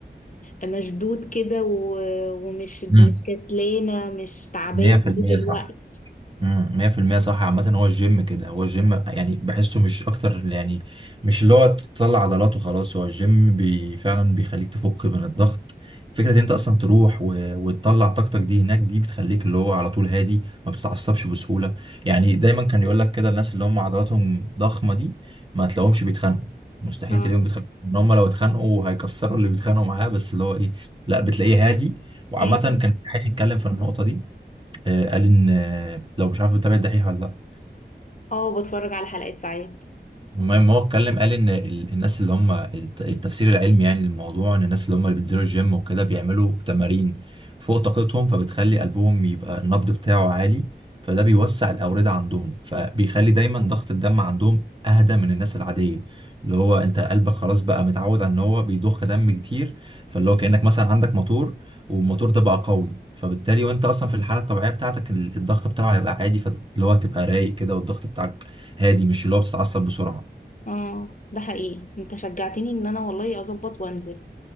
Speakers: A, on the left; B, on the right.
A: آه، مشدود كده و- ومش مش
B: مم.
A: كسلانة مش تعبان
B: 100%
A: طول الوقت
B: صح امم 100% صح عامة هو الجيم كده هو الجيم يعني بحسه مش أكتر يعني مش اللي هو تطلع عضلات وخلاص هو الجيم بي فعلا بيخليك تفك من الضغط فكرة إن أنت أصلا تروح و... وتطلع طاقتك دي هناك دي بتخليك اللي هو على طول هادي ما بتتعصبش بسهولة يعني دايما كان يقول لك كده الناس اللي هم عضلاتهم ضخمة دي ما تلاقوهمش بيتخانقوا مستحيل
A: اه
B: تلاقيهم بيتخانقوا إن هم لو اتخانقوا هيكسروا اللي بيتخانقوا معاه بس اللي هو إيه لا بتلاقيه هادي وعامة
A: هي-
B: كان الدحيح يتكلم في النقطة دي آه، قال ان آه، لو مش عارف بتابع الدحيح ولا لا
A: اه بتفرج على حلقات ساعات
B: المهم هو اتكلم قال ان ال- الناس اللي هم الت- التفسير العلمي يعني للموضوع ان الناس اللي هم اللي بينزلوا الجيم وكده بيعملوا تمارين فوق طاقتهم فبتخلي قلبهم يبقى النبض بتاعه عالي فده بيوسع الاوردة عندهم فبيخلي دايما ضغط الدم عندهم اهدى من الناس العادية اللي هو انت قلبك خلاص بقى متعود على ان هو بيضخ دم كتير فاللي هو كأنك مثلا عندك موتور والموتور ده بقى قوي فبالتالي وانت اصلا في الحالة الطبيعية بتاعتك ال- الضغط بتاعه هيبقى عادي فاللي هو هتبقى رايق كده والضغط بتاعك هادي مش اللي هو بتتعصب بسرعة
A: اه ده حقيقي انت شجعتني ان انا والله اظبط وانزل